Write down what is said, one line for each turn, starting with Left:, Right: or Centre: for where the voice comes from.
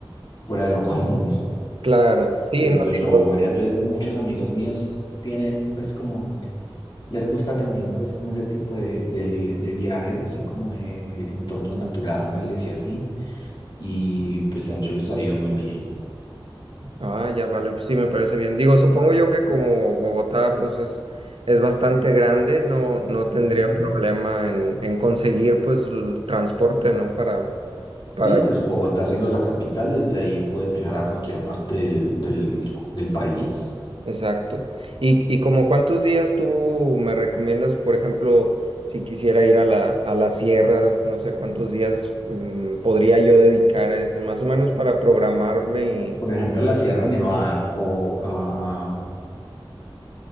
Left: fuera de lo común.
Right: Claro,
Left: <laughs>
Right: sí,
Left: Siento
Right: no
Left: yo,
Right: digo.
Left: varias veces, muchos amigos míos tienen, pues, como Les gusta también, pues, como ese tipo de, de, de viajes, así como de entornos naturales y así. Y pues a ellos les ha ido muy bien.
Right: Ah, ya vale, pues sí, me parece bien. Digo, supongo yo que como Bogotá, pues es, es bastante grande, no, no tendría
Left: Ujú.
Right: problema en, en conseguir, pues, el transporte, ¿no? Para, para
Left: Sí, pues Bogotá siendo la capital, desde ahí puedes viajar a cualquier parte del, del, del país.
Right: Exacto. ¿Y, y como cuántos días tú me recomiendas, por ejemplo, si quisiera ir a la, a la sierra, no sé cuántos días mm, podría yo dedicar a eso, más o menos para programarme
Left: Por ejemplo, a la Sierra Nevada o a,